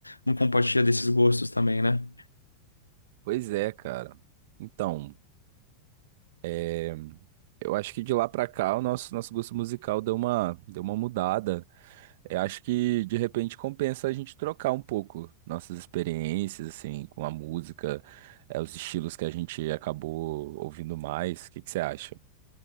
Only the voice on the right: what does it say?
Pois é, cara. Então, é, eu acho que de lá pra cá o nosso, nosso gosto musical deu uma, deu uma mudada. Eu acho que de repente compensa a gente trocar um pouco nossas experiências, assim, com a música, é, os estilos que a gente acabou ouvindo mais. O que que você acha?